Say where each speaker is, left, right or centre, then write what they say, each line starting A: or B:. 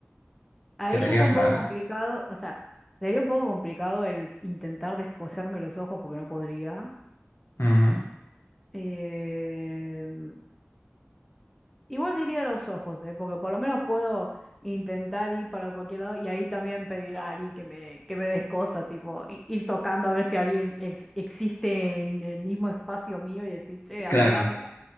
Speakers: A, in the centre; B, on the left (about 70°).
A: ahí
B: Quedaría
A: ya está un poco
B: rara.
A: complicado, o sea, sería un poco complicado el intentar descoserme los ojos porque no podría.
B: Ajá.
A: Em, Igual diría los ojos, ¿eh? Porque por lo menos puedo intentar ir para cualquier lado y ahí también pedir a alguien que me, que me des cosas, tipo, i- ir tocando a ver si alguien ex- existe en el mismo espacio mío y decir, che, ayúdame.
B: Claro.